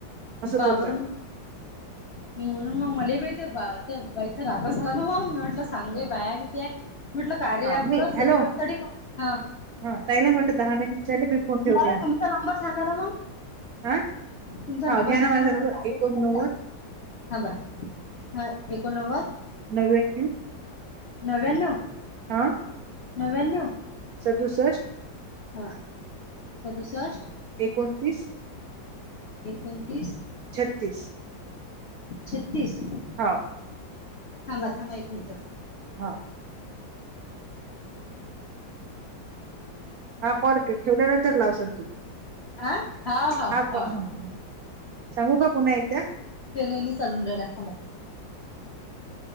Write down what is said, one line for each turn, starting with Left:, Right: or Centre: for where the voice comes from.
Left: पाबर.
Right: बोलताय
Left: म्हणून मग मलेबाई त्या बा त्या बाईचा रागच झाला ना बा. मी म्हटलं सांगू
Right: हा
Left: बाया किती आहे? म्हटलं कार्या
Right: हा
Left: ॲपवरचं
Right: मी हॅलो
Left: <unintelligible> हा.
Right: हा. ताईला म्हंटलं दहा मिनिट झाले मी फोन ठेवते
Left: मला तुमचा नंबर सांगा ना मग.
Right: आ?
Left: तुमचा
Right: हा
Left: नंबर
Right: घ्या
Left: सांगा
Right: ना माझा
Left: मग
Right: नंबर
Left: कार्य
Right: एकोनव्वद
Left: ॲपचा थांबा. हा एकोनव्वद,
Right: नव्याण्णव
Left: नव्याण्णव
Right: आ?
Left: नव्याण्णव
Right: सदुसष्ट
Left: हा. सदुसष्ट
Right: एकोणतीस
Left: एकोणतीस,
Right: छत्तीस
Left: छत्तीस
Right: हाव.
Left: थांबा थांबा एक मिनटं.
Right: हो. हा कॉल ठेवल्यानंतर लावसान तु.
Left: आ हा हा
Right: <unintelligible>
Left: हा
Right: सांगू का पुन्हा एकदा?
Left: पेन ही नाही चालून रायला थांबा.